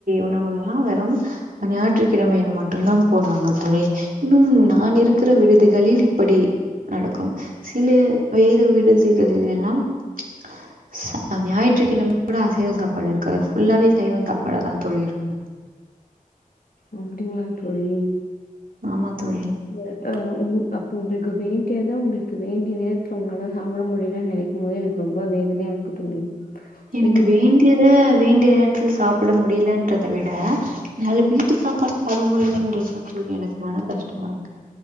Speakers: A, on the right (about 70°); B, on the left (about 80°).
A: உணவுகெல்லா வெறும் அ ஞாயிற்றுக் கிழமையில் ம ட்டுதா போடுவாங்க தோழி இன்னும் நா இருக்குற விடுதிகளில் இப்படி நடக்கும் சில வேறு விடுதிகளில் எல்லாம் அ ச ஞாயிற்றுக்கிழம கூட அசைவ சாப்பாடு இருக்காது ஃபுல்லாவே சைவ சாப்பாட தா தோழி இருக்கு
B: அப்டிங்ளா தோழி
A: ஆமா தோழி
B: ய அவ் உங்கு அப்போ உங்களுக்கு வேண்டியதா உங்களுக்கு வேண்டிய நேரத்துல உங்களால சாப்ட முடியலன் நனைக் கு போதே எனக்கு ரொம்ப வேதனையா இருக்கு தோழி
A: எனக்கு
B: எங்களுக்கு
A: வேண்டியத வேண்டிய நேரத்ல சாப்ட முடிலன்றத விட என்னால வீட்டு சாப்பாடு சாப்ட முடியலன்ற தா தோழி எனக்கு மண கஷ்டமா இருக்கு